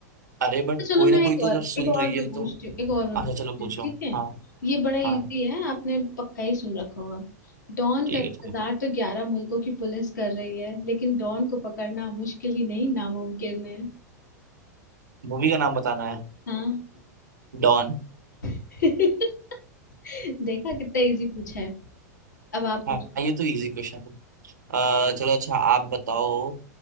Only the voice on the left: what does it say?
तो चलो
मैं
एक
और
एक और
मैं
पूछती
हूँ एक और मैं
पूछती
हूँ ठीक है
ये बड़ा इजी
है आपने पक्का ही सुन रखा होगा डॉन
का इंतजार
तो ग्यारह मुल्कों की पुलिस कर रही है लेकिन डॉन को पकड़ना मुश्किल ही नहीं नामुमकिन है
हाँ
<laughs> देखा कितना इजी पूछा है अब आप पूछो